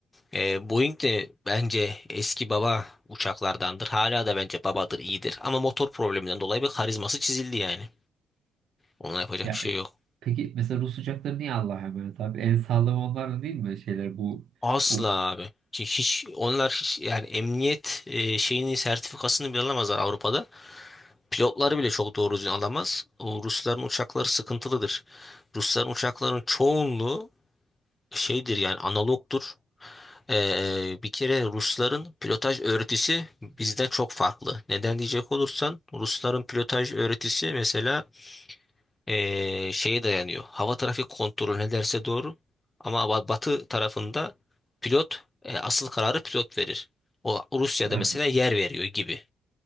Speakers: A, on the left; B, on the right.
A: Ee, Boeing de bence eski baba uçaklardandır hala da bence babadır iyidir ama motor probleminden dolayı bir karizması çizildi yani ona yapacak
B: Yani
A: bir şey yok.
B: peki mesela Rus uçakları niye Allah'a emanet abi? En sağlam onlar da değil mi şeyler bu
A: Asla
B: o,
A: abi. Ki Hiç onlar hiç- yani emniyet e, şeyini sertifikasını bile alamazlar Avrupa'da. Pilotları bile çok doğru düzgün alamaz. O Rusların uçakları sıkıntılıdır. Rusların uçakların çoğunluğu şeydir yani analogdur. Ee, bir kere Rusların pilotaj öğretisi bizden çok farklı. Neden diyecek olursan Rusların pilotaj öğretisi mesela eee, şeye dayanıyor. Hava trafik kontrolü ne derse doğru. Ama ba- batı tarafında pilot e, asıl kararı pilot verir. O Rusya'da
B: Ha,
A: mesela yer veriyor gibi.